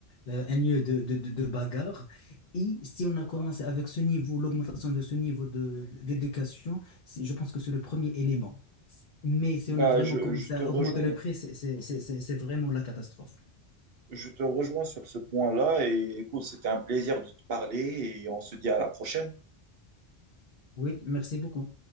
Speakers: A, on the left; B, on the right.
A: euh, un lieu de, de, de, de bagarre. Et si on a commencé avec ce niveau, l'augmentation de ce niveau de, d'éducation, c'est- je pense que c'est le premier élément. Mais si
B: Bah,
A: on a vraiment
B: je,
A: commencé
B: je te
A: à
B: rejoins.
A: augmenter le prix, c'est c'est- c'est- c'est- c'est vraiment la catastrophe.
B: Je te rejoins sur ce point-là. Et écoute, c'était un plaisir de te parler et on se dit à la prochaine.
A: Oui, merci beaucoup.